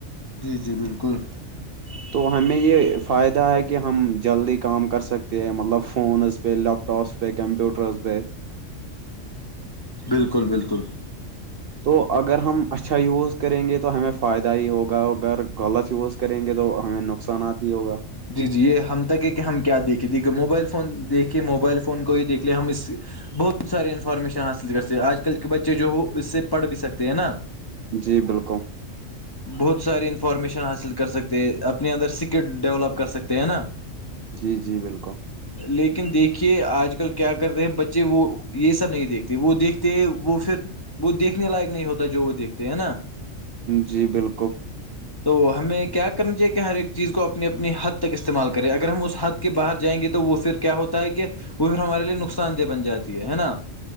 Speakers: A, on the left; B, on the right.
A: جی جی بالکل
B: <inaudible> تو ہمیں یہ فائدہ ہے کہ ہم جلدی کام کر سکتے ہیں مطلب فونز پ لیپٹاپس پ کمپٹر پہ
A: بالکل بالکل
B: تو اگر ہم اچھا یوز کریں گے تو ہمیں فائدہ ہی ہوگا اگر غلط یوز کریں گے تو ہمیں نقصانات ہی ہوگا
A: جی جی یہ ہم تک ہے کہ ہم کیا دیکھیں دیکھیے موبائل فون دیکھے موبائل فون کو ہی دیکھ لے ہم اس بہت سارے انفارمیشن حاصل کرتے آج کل کے بچے جو ہو اس سے پڑھ بھی سکتے ہیں نا
B: جی بالکل
A: بہت ساری انفارمیشن حاصل کر سکتے ہیں اپنے اندر سکل ڈیولپ کر سکتے ہیں نا
B: جی جی بالکل
A: لیکن دیکھیے آج کل کیا کرتے ہیں بچے وہ یہ سب نہیں دیکھتے وہ دیکھتے وہ پھر وہ دیکھنے لائق نہیں ہوتا جو وہ دیکھتے ہے نا
B: جی بالکل
A: تو ہمیں کیا کرنا چاہیے کہ ہر ایک چیز کو اپنی اپنی حد حد تک استعمال کریں اگر ہم اس حد کے باہر جائیں گے تو وہ پھر کیا ہوتا ہے کہ وہ پھر ہمارے لیے نقصان دہ بن جاتی ہے نا